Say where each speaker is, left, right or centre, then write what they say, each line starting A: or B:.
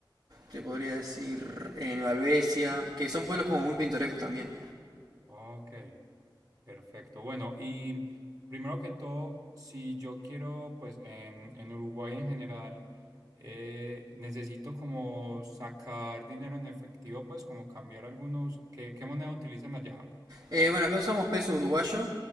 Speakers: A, on the right (about 60°); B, on the right (about 45°).
A: te podría decir en Valvesia, que son pueblos como
B: Sí.
A: muy pintorescos también.
B: Ok. Perfecto. Bueno, y primero que todo, si yo quiero, pues en, en Uruguay en general, eh, necesito como sacar dinero en efectivo, pues como cambiar algunos. ¿Qué, qué moneda utilizan allá?
A: Eh, bueno, acá usamos peso uruguayo,